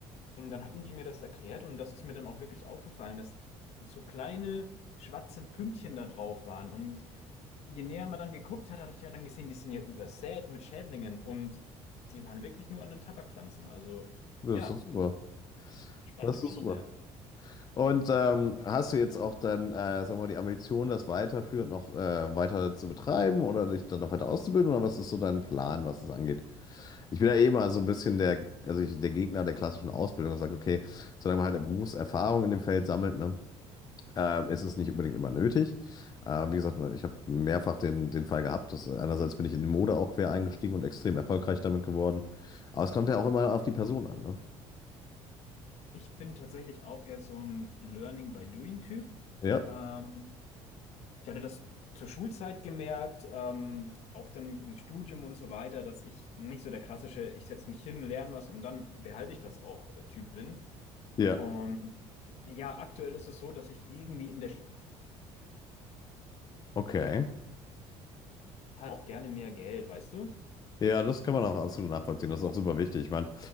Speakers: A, on the left; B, on the left.
A: Und dann hatten die mir das erklärt und das ist mir dann auch wirklich aufgefallen, dass so kleine schwarze Pünktchen da drauf waren. Und je näher man dann geguckt hat, hatte ich ja dann gesehen, die sind ja übersät mit Schädlingen und die waren wirklich nur an den Tabakpflanzen. Also
B: Das
A: ja,
B: ist super.
A: spannende
B: Das
A: Geschichte.
B: ist super. Und ähm, hast du jetzt auch dann, äh, sagen wir mal, die Ambition, das weiterführend noch äh, weiter zu betreiben oder dich dann noch weiter auszubilden? Oder was ist so dein Plan, was es angeht? Ich bin ja eh mal so ein bisschen der, also ich, der Gegner der klassischen Ausbildung und sage, okay, solange man halt eine Berufserfahrung in dem Feld sammelt, ne, ähm, ist es nicht unbedingt immer nötig. Äh, wie gesagt, ich habe mehrfach den, den Fall gehabt, dass äh, einerseits bin ich in die Mode auch quer eingestiegen und extrem erfolgreich damit geworden. Aber es kommt ja auch immer auf die Person an, ne?
A: Ich bin tatsächlich auch eher so ein Learning by Doing Typ.
B: Ja,
A: Ähm, ich hatte das zur Schulzeit gemerkt, ähm, auch dann im Studium und so weiter, dass ich nicht so der klassische, ich setze mich hin, lerne was und dann behalte ich das auch äh, Typ bin.
B: ja,
A: Und ja, aktuell ist es so, dass ich irgendwie in der Sch-
B: okay.
A: halt auch gerne mehr Geld, weißt du?
B: Ja, das kann man auch absolut nachvollziehen. Das ist auch super wichtig. Ich meine,